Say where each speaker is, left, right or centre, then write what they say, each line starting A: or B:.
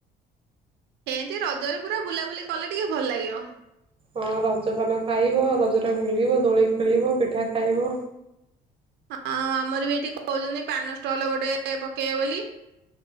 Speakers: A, on the right (about 80°); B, on the right (about 30°).
A: ଏମତି ରଜରେ ପୁରା ବୁଲାବୁଲି କଲେ ଟିକେ ଭଲ ଲାଗିବ।
B: ହଁ ରଜପାନ ଖାଇବ ରଜରେ ବୁଲିବ ଦୋଳି ଖେଳିବ ପିଠା ଖାଇବ।
A: ହଁ ଆମର ବି ଏଇଠି କହୁଛନ୍ତି ପାନ ଷ୍ଟଲ ଗୋଟେ ପକେଇବ ବୋଲି।